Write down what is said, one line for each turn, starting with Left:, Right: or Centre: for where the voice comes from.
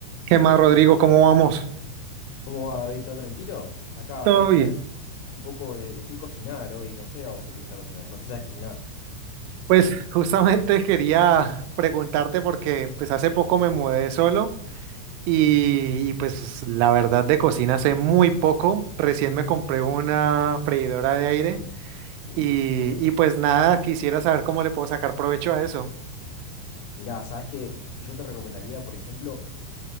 Right: ¿Qué más, Rodrigo? ¿Cómo vamos?
Left: ¿Cómo va, David? ¿Todo tranquilo? Acá,
Right: Todo
Left: ¿sabes qué
Right: bien.
Left: viene un poco de, de qué cocinar hoy? No sé a vos qué te gusta cocinar. No sé si sabes cocinar.
Right: Pues justamente <laughs> quería preguntarte porque pues hace poco me mudé solo y, y, pues la verdad de cocina sé muy poco. Recién me compré una freidora de aire
Left: Uf,
Right: y,
Left: muy buena.
Right: y pues nada, quisiera saber cómo le puedo sacar provecho a eso.
Left: Mirá, ¿sabes qué? Yo te recomendaría, por ejemplo,